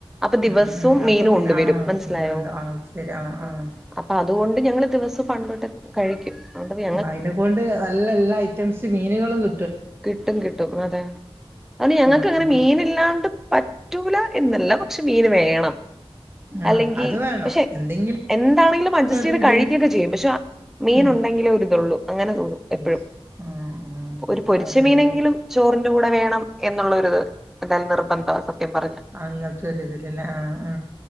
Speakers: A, in the centre; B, on the right (about 20°).
A: അപ്പ ദിവസും
B: ഉം ഉം
A: മീൻ
B: അപ്പൊ
A: കൊണ്ടുവരും
B: പിന്നെ ആഹ്
A: മനസ്സിലായോ
B: മീനുണ്ടോ ആഹ് ശരി ആഹ്
A: ആ
B: ആഹ്
A: അപ്പൊ അതുകൊണ്ട് ഞങ്ങള് ദിവ സം കൺവേട്ടണ്ട് കഴിക്കും അയു
B: അയിനെക്കൊണ്ട് നല്ല എല്ലാ ഐറ്റംസ് മീനുകളും കി
A: കിട്ടും കിട്ടും അതെ അതൊണ്ട് ഞങ്ങക്ക്
B: ഉം
A: അങ്ങനെ മീൻ ഇല്ലാണ്ട് പറ്റൂല എന്നല്ല പക്ഷെ മീന് വേണം
B: ആ
A: അല്ലെങ്കിൽ
B: അത് വേണം
A: പക്ഷെ
B: എന്തെങ്കിലും
A: എന്താണെങ്കിലും അഡ്ജസ്റ്റ്
B: ഒരു
A: ചെയ്ത്
B: ഇത്
A: കഴിക്കു ഒക്കെ ചെയ്യും പക്ഷെ മീൻ
B: ഉം
A: ഉണ്ടെങ്കിലേ ഒരുതൊള്ളൂ അങ്ങനെ തോന്നും എപ്പഴും
B: ഐസ് ആഹ് ആഹ്
A: ഒരു പൊരിച്ച
B: ആ ഒരിതില്
A: മീനെങ്കിലും ചോറിന്റെ കൂടെ വേണം എന്നുള്ള ഒരിത് എന്തായാലും നിർബന്ധവാ സത്യം പർഞ്ഞാ
B: അങ്ങൻത്ത ഒര് ഇതിലെ ആ ആ